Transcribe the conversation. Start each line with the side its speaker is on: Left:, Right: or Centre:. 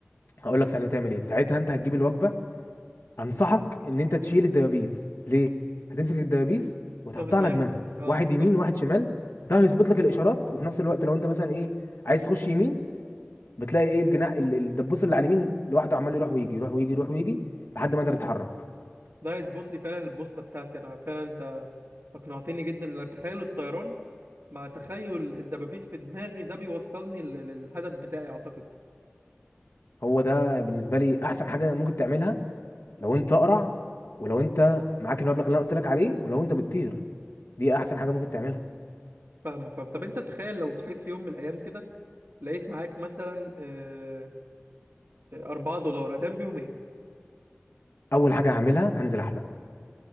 Left: هقول لك ساعتها تعمل ايه ساعتها انت هتجيب الوجبه انصحك ان انت تشيل الدبابيس ليه هتمسك الدبابيس وتحطها
Right: احطها في دماغي
Left: على دماغك
Right: اه
Left: واحد
Right: بالظبط
Left: يمين واحد شمال ده هيظبط لك الاشارات وفي نفس الوقت لو انت مثلا ايه عايز تخش يمين بتلاقي ايه الجناح ال- الدبوس اللي على اليمين لوحده عمال يروح ويجي يروح ويجي يروح ويجي لحد ما انت تتحرك
Right: ده هيظبط لي فعلا البوصله بتاعتي انا فعلا انت اقنعتني جدا لأن تخيل الطيران مع تخيل الدبابيس في دماغي ده بيوصلني لل- للهدف بتاعي اعتقد
Left: هو ده بالنسبه لي احسن حاجه ممكن تعملها لو انت اقرع ولو انت معاك المبلغ اللي انا قلت لك عليه ولو انت بتطير دي احسن حاجه ممكن تعملها
Right: فاهمه فاهم طب انت تخيل لو صحيت في يوم من الايام كده لقيت معاك مثلا آه، 4 دولار هتعمل بيهم ايه
Left: اول حاجه هعملها هنزل احلق